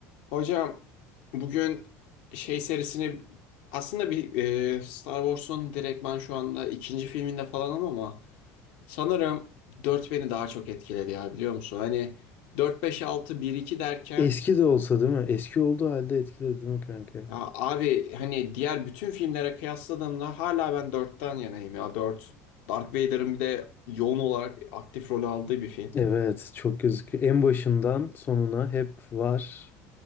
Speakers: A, on the left; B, on the left.
A: Hocam bugün şey serisini aslında bir e, Star Wars'un direktman şu anda ikinci filminde falanım ama sanırım 4 beni daha çok etkiledi ya biliyor musun? Hani dört beş altı bir iki derken
B: Eski de olsa değil mi? Eski olduğu halde etkiledi değil mi kanka?
A: ya abi hani diğer bütün filmlere kıyasladığımda hala ben dörtten yanayım ya 4 Darth Vader'ın bir de yoğun olarak aktif rol aldığı bir film.
B: Evet, çok gözüküyor. En başından sonuna hep var.